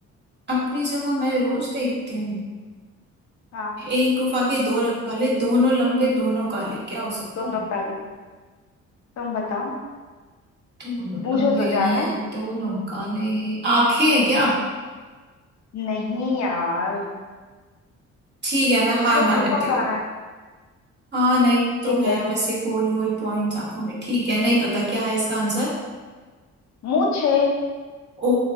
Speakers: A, on the right; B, on the left.
A: अपनी जगह मैं रोज देखती हूँ
B: हाँ
A: एक गुफा के दो रखवाले दोनों लंबे दोनों काले क्या हो सकता
B: दोनों
A: है
B: काले तुम बताओ
A: दोनों
B: बूझो
A: लंबे
B: तो
A: हैं
B: जाने
A: दोनों काले आंखें हैं क्या
B: नहीं यार
A: ठीक है मैं हार
B: उसमें
A: मान
B: गुफा
A: लेती
B: कहाँ
A: हूँ
B: है
A: हाँ नहीं तो
B: ठीक
A: है
B: है
A: बस ये गोल गोल पॉइंट्स आंखों में ठीक है नहीं पता क्या है इसका आंसर
B: मूछे
A: ओ